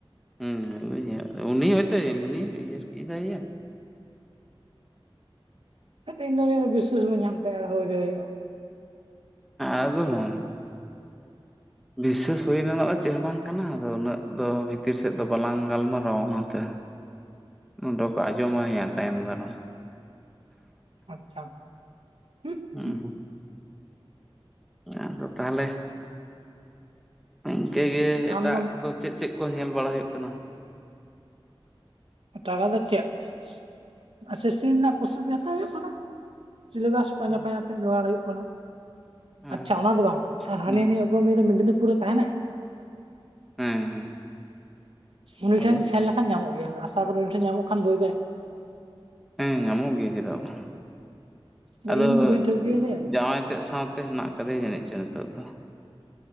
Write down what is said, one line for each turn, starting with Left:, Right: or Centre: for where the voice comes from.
Centre: ᱦᱮᱸ ᱩᱱᱤ ᱦᱚᱭᱛᱳ ᱮᱢᱱᱤ ᱤᱭᱟᱨᱠᱤ ᱫᱟᱭ- ᱟ
Right: ᱤᱧ ᱫᱚ ᱵᱤᱥᱟᱥ ᱵᱟᱭ ᱧᱟᱢ ᱛᱟᱭᱟ ᱦᱩᱭ ᱨᱮ ᱮᱲᱮ ᱦᱩᱭᱩᱜ-ᱟ
Centre: ᱟᱫᱚ ᱢᱟ ᱵᱤᱥᱥᱟᱹᱥ ᱦᱩᱭ ᱨᱮᱱᱟᱜ ᱫᱚ ᱪᱮᱫ ᱦᱚᱸ ᱵᱟᱝ ᱠᱟᱱᱟ ᱟᱫᱚ ᱩᱱᱟᱹᱜ ᱫᱚ ᱵᱷᱤᱛᱤᱨ ᱥᱮᱫ ᱫᱚ ᱵᱟᱞᱟᱝ ᱜᱟᱞᱢᱟᱨᱟᱣᱟ ᱚᱱᱟᱛᱮ ᱚᱸᱰᱮ ᱠᱚ ᱟᱸᱡᱚᱢ ᱟᱭᱟ ᱛᱟᱭᱚᱢ ᱫᱟᱨᱟᱢ
Right: ᱟᱪᱪᱷᱟ ᱦᱩᱜᱻᱭᱩ
Centre: ᱦᱩᱸ ᱦᱩᱸ ᱟᱫᱚ ᱛᱟᱦᱚᱞᱮ ᱤᱱᱠᱟᱹ ᱜᱮ ᱮᱴᱟᱜ
Right: ᱟᱢ ᱫᱚᱢ
Centre: ᱠᱚᱫᱚ ᱪᱮᱫ ᱪᱮᱫ ᱠᱚ ᱧᱮᱞ ᱵᱟᱲᱟ ᱦᱩᱭᱩᱜ ᱠᱟᱱᱟ
Right: ᱴᱟᱠᱟ ᱫᱚ ᱪᱮᱫ <unintelligible> ᱟᱪᱪ ᱥᱤ ᱨᱮᱱᱟᱜ ᱯᱚᱥ ᱜᱮ ᱦᱟᱛᱟᱣ ᱦᱩᱭᱩᱜ ᱠᱟᱱᱟ ᱥᱤᱞᱮᱵᱟᱥ ᱯᱟᱸᱡᱟ
Centre: ᱦᱩᱸ
Right: ᱯᱟᱸᱡᱟ ᱛᱮ ᱡᱚᱜᱟᱲ ᱦᱩᱭᱩᱜ ᱠᱟᱱᱟ
Centre: ᱦᱮᱸ
Right: ᱟᱪᱪᱷᱟ ᱚᱱᱟ ᱫᱚ ᱵᱟᱝ ᱟᱨ ᱦᱟᱹᱱᱤᱼ
Centre: ᱦᱮᱸ
Right: ᱦᱟᱹᱱᱤᱜ ᱫᱚ ᱢᱮᱫᱽᱱᱤᱯᱩᱨ ᱨᱮ ᱛᱟᱦᱮᱱᱟᱭ
Centre: ᱦᱮᱸ ᱦᱮᱸ
Right: ᱩᱱᱤ
Centre: ᱟᱫᱚ
Right: ᱴᱷᱮᱱ ᱥᱮᱱ ᱞᱮᱠᱷᱟᱱ ᱧᱟᱢᱚᱜ ᱜᱮᱭᱟ ᱟᱥᱟ ᱠᱚᱨᱤ ᱩᱱᱤ ᱴᱷᱮᱱ ᱧᱟᱢᱚᱜ ᱠᱷᱟᱱ ᱵᱳ
Centre: ᱦᱮᱸ ᱧᱟᱢᱚᱜ ᱜᱮᱭᱟ ᱪᱮᱫᱟᱜ ᱵᱟᱝ
Right: ᱵᱟ
Centre: ᱟᱫᱚ
Right: ᱤᱧ ᱫᱚ ᱵᱟᱹᱧ ᱴᱷᱟᱹᱣᱠᱟᱹᱭ ᱫᱮᱭᱟ
Centre: ᱡᱟᱶᱟᱭ ᱛᱮᱫ ᱥᱟᱶᱛᱮ ᱦᱮᱱᱟᱜ ᱠᱟᱫᱮᱭᱟᱟᱹᱱᱤᱡ ᱪᱚᱝ ᱱᱤᱛᱚᱜ ᱫᱚ